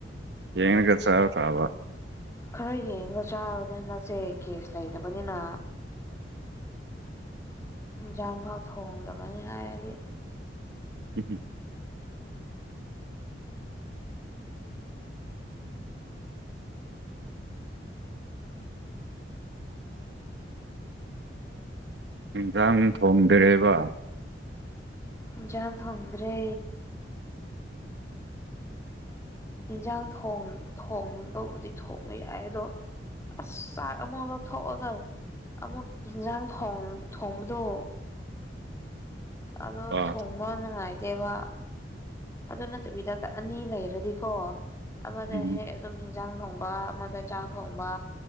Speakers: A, on the right (about 65°); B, on the left (about 15°).
A: ꯌꯦꯡꯉꯒ ꯆꯥꯕ ꯇꯥꯕ
B: ꯈꯔ ꯌꯦꯡꯉꯒ ꯆꯥꯔꯕꯅꯦ ꯍꯟꯗꯛꯁꯦ ꯀꯦꯁ ꯂꯩꯇꯕꯅꯤꯅ ꯌꯦꯟꯖꯥꯡꯐꯥꯎ ꯊꯣꯡꯗꯕꯅꯤ ꯍꯥꯏꯔꯗꯤ
A: ꯎꯝꯍꯨꯝ ꯏꯟꯁꯥꯡ ꯊꯣꯡꯗ꯭ꯔꯦꯕ
B: ꯏꯟꯖꯥꯡ ꯊꯣꯡꯗ꯭ꯔꯦ ꯏꯟꯖꯥꯡ ꯊꯣꯡ ꯊꯣꯡꯕꯕꯨꯗꯤ ꯊꯣꯡꯕ ꯌꯥꯏ ꯑꯗꯣ ꯑꯁ ꯆꯥꯛ ꯑꯃꯨꯛ ꯂꯧꯊꯣꯛꯑꯒ ꯑꯃꯨꯛ ꯌꯦꯟꯖꯥꯡ ꯊꯣꯡ ꯊꯣꯡꯕꯗꯣ ꯑꯗꯣ
A: ꯑꯥ
B: ꯊꯣꯡꯕ ꯅꯨꯡꯉꯥꯏꯇꯦꯕ ꯑꯗꯨ ꯅꯠꯇꯕꯤꯗ ꯑꯅꯤ ꯂꯩꯔꯗꯤꯀꯣ ꯑꯃꯗ
A: ꯎꯝ
B: ꯍꯦꯛ ꯑꯗꯨꯝ ꯑꯦꯟꯖꯥꯡ ꯊꯣꯡꯕ ꯑꯃꯗ ꯆꯥꯛ ꯊꯣꯡꯕ